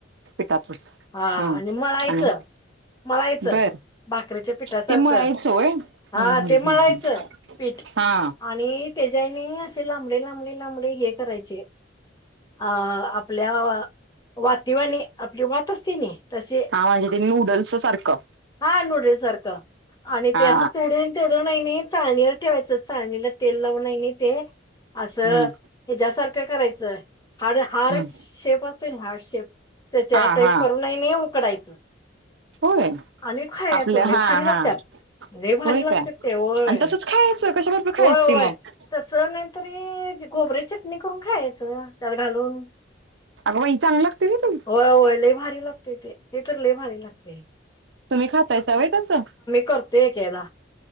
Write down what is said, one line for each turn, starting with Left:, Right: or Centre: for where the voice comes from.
Right: पिठातच
Left: हा
Right: हम्म
Left: आणि मळायचं.
Right: आणि
Left: मळायचं
Right: बर
Left: भाकरीच्या पिठासारखं.
Right: ते मळायचं होय हम्म
Left: हा
Right: हम्म
Left: ते
Right: हम्म
Left: मळायचं
Right: हम्म
Left: पीठ.
Right: हा
Left: आणि त्याच्याने असे लांबडे लांबडे लांबडे हे करायचे अ आपल्या वातीवानी आपली वात असतीनी तसे
Right: हा म्हणजे ते नूडल्स सारखं
Left: हा नूडल् सारखं आणि
Right: हा
Left: ते अस तोडून तोडून आईनि चाळणी वर ठेवायचं चाळणीला तेल लावून आहेनी ते असं
Right: हम्म
Left: ह्याच्या सारखं करायचं आड हार्ड
Right: हम्म
Left: शेप असतोय ना हार्ड शेप त्याच्या
Right: हा
Left: टाईप
Right: हा
Left: करून नाही नाही उकडायचं
Right: होय
Left: आणि खायाचो
Right: आपलं
Left: लई
Right: हा
Left: भारी लागत्यात.
Right: हा
Left: लई भारी
Right: होय
Left: लागतेत
Right: काय
Left: व्हय
Right: आणि तसंच खायचं कशा बरोबर खायच
Left: होय होय
Right: ते मग
Left: तस नाही तरी खोबऱ्याची चटणी करून खायच त्यात घालून
Right: अगं बाई चांगलं लागते रे ते
Left: होय होय लई भारी लागते ते, ते तर लई भारी लागतेय.
Right: तुम्ही खातायसा व्हय तसं?
Left: करतोय एकेकदा